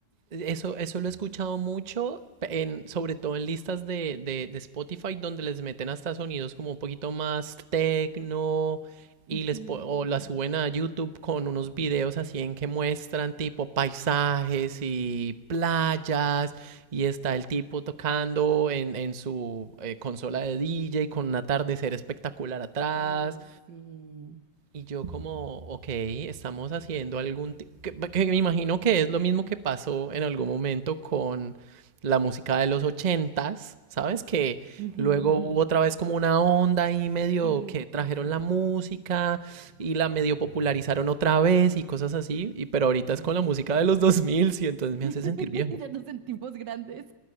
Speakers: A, on the right (about 35°); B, on the right (about 70°).
A: Eso, eso lo he escuchado mucho, pe- en, sobre todo en listas de, de, de Spotify, donde les meten hasta sonidos como un poquito más techno
B: Ujú,
A: y les po- o
B: ujú.
A: las suben a YouTube con unos videos así en que muestran tipo paisajes y playas y está el tipo tocando en, en su eh, consola de DJ con un atardecer espectacular atrás
B: Oh, sí.
A: y yo como, ok, estamos haciendo algún... ti- Que, que me imagino que es lo mismo que pasó en algún momento con la música de los ochentas, ¿sabes? Que
B: Ujú,
A: luego
B: ujú.
A: hubo otra vez como una onda ahí medio
B: Sí,
A: que trajeron
B: sí, sí.
A: la música y la medio popularizaron otra vez y cosas así, y pero ahorita
B: Sí.
A: es con la música de los 2000 y entonces me
B: <laughs>
A: hace sentir viejo.
B: Ya nos sentimos grandes.